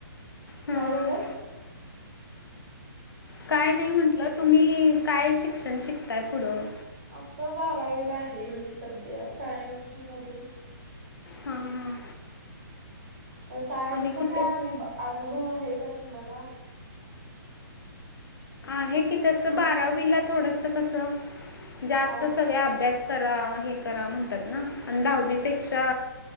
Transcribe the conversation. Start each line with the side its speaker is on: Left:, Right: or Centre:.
Left: हां
Right: काय झालं?
Left: काय नाही म्हंटलं तुम्ही काय शिक्षण शिकताय पुढं?
Right: आता बारावीला आहे मी सध्या सायन्स मधून
Left: हां हां
Right: सायन्सचा
Left: आणि कुठे
Right: काय अु अनुभव आहे का तुम्हाला?
Left: आहे की तस बारावीला थोडस कस जास्त
Right: हा.
Left: सगळ अभ्यास करा हे करा म्हणतात ना आणि दहावीपेक्षा